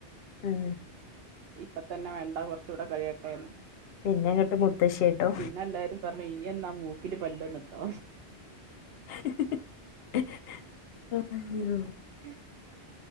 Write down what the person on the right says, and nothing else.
ഇപ്പ തന്നെ വേണ്ട കൊറച്ചുകൂടെ കഴിയട്ടെന്ന്
പിന്നെ എല്ലാരും പറഞ്ഞു ഇനി എന്നാ മൂക്കില് പല്ല് ന്നിട്ടോ
ഉം